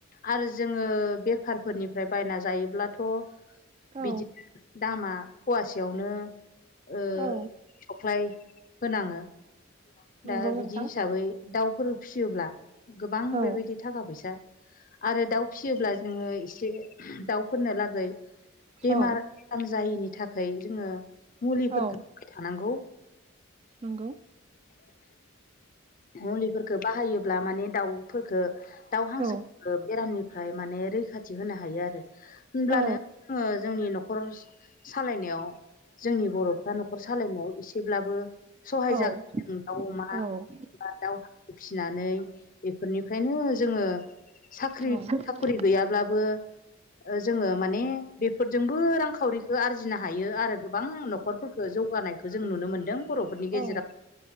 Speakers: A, on the left; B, on the right.
A: आरो जोङो बेफारफोरनिफ्राय बायना जायोब्लाथ'
B: औ
A: बिदि दामा फवासेयावनो ओ
B: औ
A: खख्लाय होनाङो दा
B: नंगौ
A: बिदि
B: नोंथां
A: हिसाबै दाउफोर फिसियोब्ला गोबां
B: औ
A: बेबायदि थाखा फैसा आरो दाउ फिसियोब्ला जोङो एसे दाउफोरनो लागै बेमार
B: औ
A: आजार जायिनि थाखाय जोङो मुलिफोरखौ
B: औ
A: होबाथानांगौ।
B: नंगौ
A: मुलिफोरखो बाहायोब्ला माने दाउफोरखो दाउ हांसो
B: औ
A: बेरामनि फ्राय माने रैखाथि होनो हायो आरो होनब्लानो
B: औ
A: ज जोंनि न' खर सालायनायाव जोंनि बर'फ्रा न'खर सालायनायाव एसेब्लाबो सहाय
B: औ
A: जा गोन दाउ, अमा
B: औ
A: बा, दाउ हांसो फिसिनानै बेफोरनिफ्रायनो जोङो साख्रि
B: औ
A: साखरि गैयाब्लाबो जोङो माने बेफोरजोंबो रांखावरिखौ आरजिनो हायो आरो गोबां न'खरफोरखौ जौगानायखौ जों नुनो मोन्दों। बर'फोरनि गेजेराव
B: औ